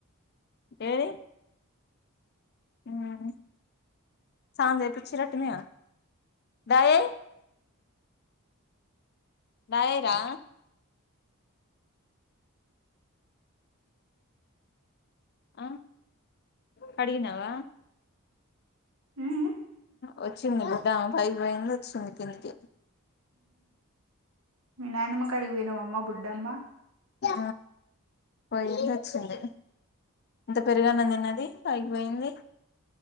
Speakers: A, on the left; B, on the right.
A: ఏది <inaudible> స్నానం జేపిచ్చిరట్టుందిగా డాయ్ డాయరా ఆ కడిగినవా
B: ఉ
A: వచ్చిందిలే గామే పైకి పోయింది వచ్చింది కిందికి.
B: మీ నాయనమ్మ కాడికి పోయినవమ్మ బుడ్డమ్మా.
A: ఆ పోయింది వచ్చింది. ఇంత పెరుగన్నం తిన్నది, పై కిపోయింది.